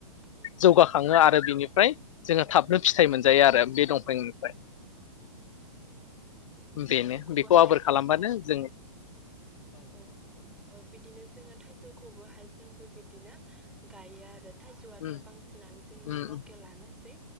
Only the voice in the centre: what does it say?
औ
औ खौबोहाय
ओ
औ औ बिदिनो जोङो थाइजौ खौबोहाय जोंबो बिदिनो गायो आरो थाइजौआथ'
बांसिनानो जोंनिया
लकेलानोसै